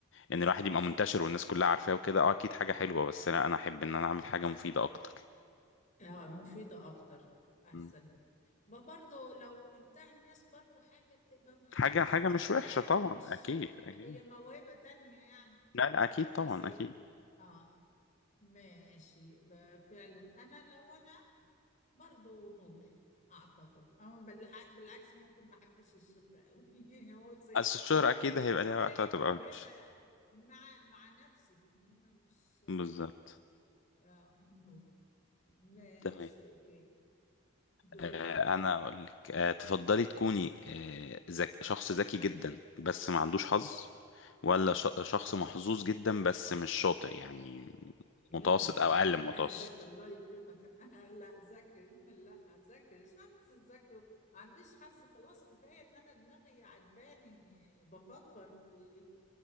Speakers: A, on the left (about 55°); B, on the left (about 35°).
A: ان الواحد يبقى منتشر والناس كلها عارفاه وكده اه اكيد حاجة حلوة بس لا انا احب ان انا اعمل حاجة مفيدة اكتر
B: آه، مفيدة أكتر أحسن
A: مم.
B: ب- برضو لو إمتاع الناس برضو حاجة بتبقى حاجات
A: حاجة
B: مفيدة
A: حاجة مش وحشة
B: يعني
A: طبعا
B: مش
A: اكيد
B: آه،
A: اكيد
B: هي موهبة تانية يعني
A: لا لا اكيد طبعا
B: بس
A: اكيد
B: آه ماشي ب- فعلا أنا لو أنا برضو نوبل أعتقد أو بالح- بالعكس ممكن ما أحبش الشهرة أوي <laughs> بس
A: بس الشهرة
B: بس
A: اكيد
B: ممكن
A: هيبقى
B: تكون
A: ليها وقت
B: ليا
A: هتبقى
B: موهبة
A: وحش
B: مع مع نفسي إنما مش
A: بالظبط
B: آه نوبل ماشي
A: تمام
B: أوكي دور
A: آه، انا اقول لك آه، تفضلي تكوني آه، ذك... شخص ذكي جدا بس ما عندوش حظ ولا ش... شخص محظوظ جدا بس مش شاطر يعني
B: لا
A: متوسط
B: <laughs> ز-
A: او اقل
B: لا
A: من متوسط
B: ذكي الله يكرمك انا <laughs> لا ذكي لا ذكي شخص ذكي ما عنديش حظ خلاص كفايه ان انا دماغي عجباني بفكر في